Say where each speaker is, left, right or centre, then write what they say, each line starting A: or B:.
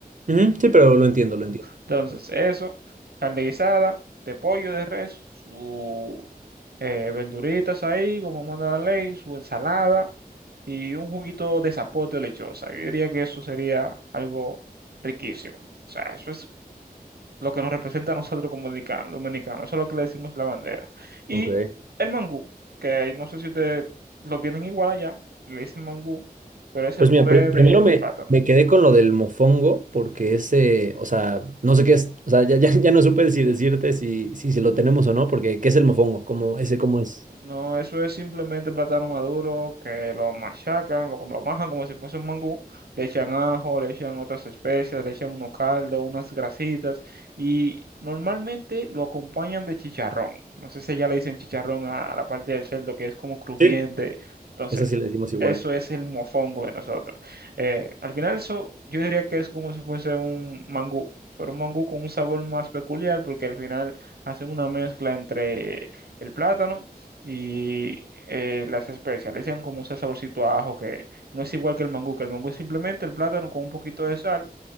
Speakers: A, on the right; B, on the right.
A: Ujú, Sí, pero lo entiendo, lo entiendo.
B: Entonces, eso, carne guisada, de pollo, de res, su eh, verduritas ahí, como manda la ley, su ensalada y un juguito de zapote o lechosa. Yo diría que eso sería algo riquísimo. O sea, eso es lo que nos representa a nosotros como dominicanos, dominicanos. Eso es lo que le decimos la bandera. Y
A: Ok.
B: el mangú, que no sé si ustedes lo tienen igual allá, le dicen mangú, pero es
A: Pues
B: el puré
A: mira, pri- primero
B: de,
A: me,
B: de plátano.
A: me quedé con lo del mofongo, porque ese, o sea, no sé qué es, o sea, ya, ya, ya no supe si decirte si, si, si lo tenemos o no, porque ¿qué es el mofongo? ¿Cómo, ese cómo es?
B: No, eso es simplemente plátano maduro que lo machacan, lo, lo majan como si fuese un mangú, le echan ajo, le echan otras especias, le echan unos caldos, unas grasitas y normalmente lo acompañan de chicharrón. No sé si allá le dicen chicharrón a, a la parte del cerdo que es como crujiente.
A: Sí.
B: Entonces,
A: Esa sí le decimos igual.
B: eso es el mofongo de nosotros. Eh, al final eso yo diría que es como si fuese un mangú, pero un mangú con un sabor más peculiar porque al final hacen una mezcla entre el plátano y eh, las especializan como un saborcito a ajo que no es igual que el mangú, que el mangú es simplemente el plátano con un poquito de sal,